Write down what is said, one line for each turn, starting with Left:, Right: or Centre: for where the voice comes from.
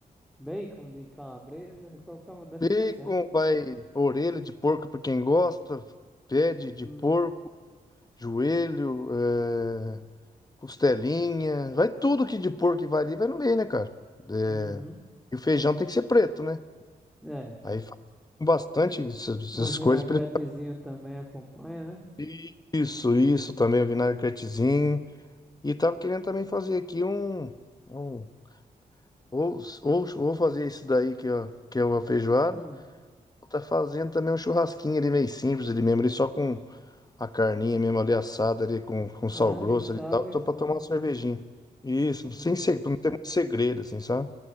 Centre: bacon, de calabresa, qualquer uma dessas
Left: Bacon,
Centre: dá certo, né?
Left: vai orelha de porco pra quem gosta, pé de de
Centre: Hum,
Left: porco, joelho, é, costelinha, vai tudo que de porco que vai ali, vai no meio, né, cara? É,
Centre: uhum.
Left: E o feijão tem que ser preto, né?
Centre: É.
Left: Aí faz com bastante essas
Centre: Um
Left: essas
Centre: vinagretezinho
Left: coisas. pra
Centre: também acompanha, né?
Left: ele- Isso, isso também, o vinagretezinho. E tava querendo também fazer aqui um, um Ou, ou, ou fazer isso daí que, ó, que é uma feijoada.
Centre: Hum,
Left: Tá fazendo também um churrasquinho ali meio simples ali mesmo, ali só com a carninha mesmo ali assada ali com, com
Centre: carne,
Left: sal grosso
Centre: sal
Left: ali e tal.
Centre: e
Left: Tô
Centre: pronto,
Left: pra tomar uma cervejinha.
Centre: né?
Left: Isso, sem
Centre: Exato.
Left: segredo, não tem muito segredo, assim, sabe?